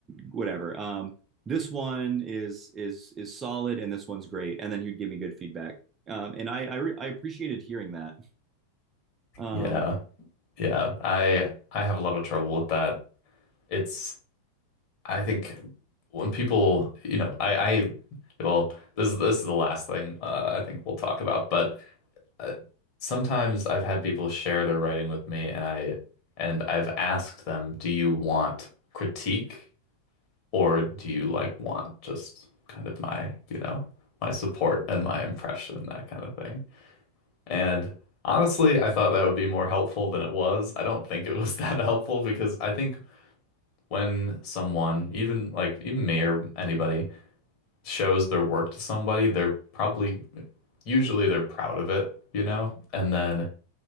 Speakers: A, on the right (about 25°); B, on the left (about 40°).
A: whatever. Um, this one is is is solid, and this one's great. And then he'd give me good feedback, um, and I I, re I appreciated hearing that. Um,
B: Yeah. Yeah, I I have a lot of trouble with that. It's I think when people, you know, I I well, this is this is the last thing uh, I think we'll talk about, but uh, sometimes I've had people share their writing with me and I and I've asked them, "Do you want critique or do you like want just kind of my, you know, my support and my impression, that kind of thing?" And honestly, I thought that would be more helpful than it was. I don't think it was <laughs> that helpful because I think when someone, even like even me or anybody, shows their work to somebody, they're probably usually they're proud of it, you know? And then